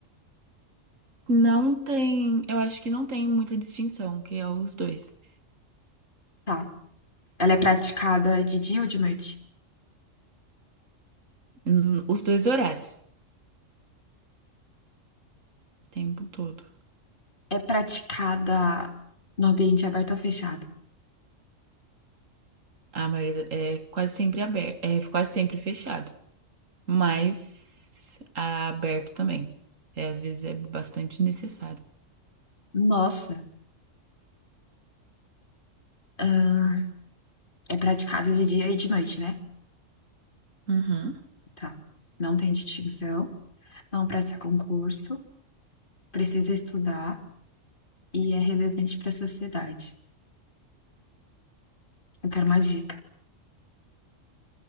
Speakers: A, on the right (about 75°); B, on the left (about 40°).
A: Não tem, eu acho que não tem muita distinção, que é os dois.
B: tá? Ela é praticada de dia ou de noite?
A: Hum, Os dois horários, o tempo todo.
B: É praticada no ambiente aberto ou fechado?
A: A maioria é quase sempre aberto, é quase sempre fechado, mas aberto também. É, às vezes é bastante necessário.
B: Nossa, ahn, é praticada de dia e de noite, né?
A: Uhum.
B: Tá. Não tem distinção, não presta concurso, precisa estudar e é relevante para a sociedade. Eu quero uma dica.